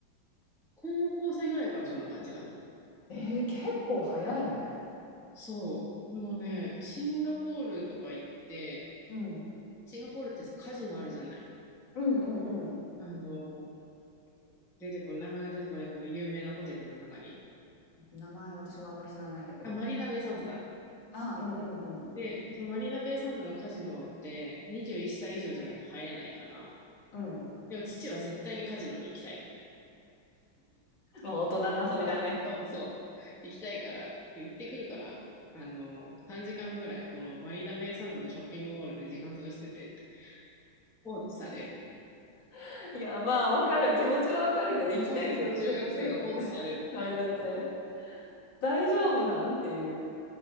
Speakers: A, in the centre; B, on the left (about 60°).
A: 高校生ぐらいからそんな感じかな。
B: えー、結構早いね、
A: そう。でもね、シンガポールとか行って、
B: うん、
A: シンガポールってさ、カジノあるじゃない。
B: うんうんうん
A: あの、出てこない、名前が出てこないかの有名なホテルの中に。
B: 名前私もあんまり知らないんだけど
A: あ、マリーナベイサンズだ。
B: あうんうんうん
A: で、そのマリーナベイサンズのカジノって21歳以上じゃないと入れないから、
B: うん
A: でも父は絶対にカジノに行きたい。
B: まあ大人の遊びだね
A: そうそう。行きたいから、行ってくるから、あの、3時間ぐらい、このマリーナベイサンズのショッピングモールで時間潰しててって放置される。
B: <laughs> いやまあわかる気持ちはわかるけど行きたい気持ちはわかるねら
A: 高校生と中学生が放置されるっていう。
B: <laughs> れるって大丈夫なんっていう